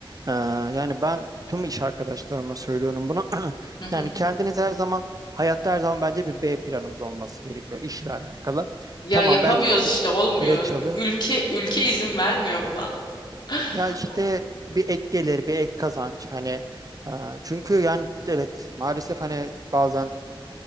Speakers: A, on the right; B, on the left.
A: Ee, yani ben tüm iş arkadaşlarıma söylüyorum bunu. <clears throat>
B: Hı hı.
A: Yani kendiniz her zaman, hayatta her zaman bence bir B planımız olması gerekiyor işle alakalı.
B: Ya
A: Tamam
B: yapamıyoruz
A: belki bu bir
B: işte olmuyor.
A: süreç alı.
B: Ülke ülke izin vermiyor buna. <laughs>
A: Ya işte
B: O-
A: bir ek gelir, bir ek kazanç. Hani e, çünkü yani evet maalesef hani bazen